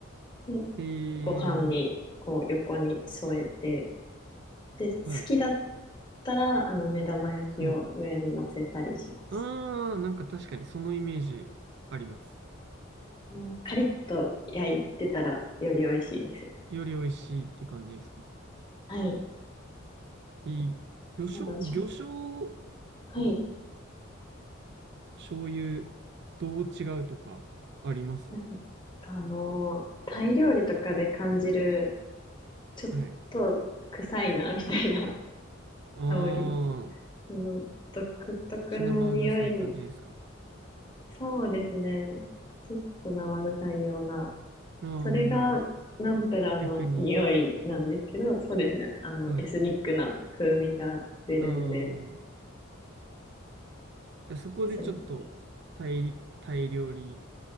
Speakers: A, on the left; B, on the right.
A: で、
B: ええ
A: ご飯に、こう、横に添えて、で、好きだっ
B: はい、
A: たら、あの、目玉焼きを上に乗せたりします。
B: はい。ああ、なんか確かにそのイメージあります。
A: うんカリッと焼いてたら、より美味しいですね。
B: より美味しいって感じですか。
A: はい。
B: いい魚醤、
A: だからしょ、
B: 魚醤
A: はい。
B: と醤油、どう違うとかあります
A: なんかあの、タイ料理とかで感じる、ちょっと臭いな、
B: はい。
A: みたいな <laughs>
B: あ
A: 香り。
B: あ、
A: その、独特の匂い。
B: 血生臭い感じですか。
A: そうですね。ちょっと生臭いような。
B: ああ、
A: それがナンプラーの匂いなんですけど、
B: 逆に。
A: そうですね。あの、
B: はい。
A: エスニックな風味が出るんで、
B: ああ。じゃあそこでちょっとタイ、
A: それで。
B: タイ料理